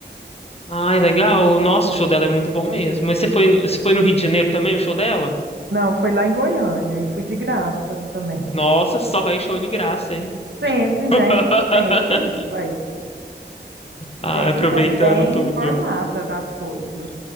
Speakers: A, on the left; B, on the right.
A: Ai, legal. Nossa, o show dela é muito bom mesmo. Mas você foi, no- você foi no Rio de Janeiro também, o show dela?
B: Não, foi lá em Goiânia e fui de graça também.
A: Nossa, só vai em show de graça, hein?
B: Sempre,
A: <laughs>
B: né? Sempre, vai.
A: Ah,
B: sempre
A: aproveitando
B: tô bem
A: tudo.
B: informada das coisas.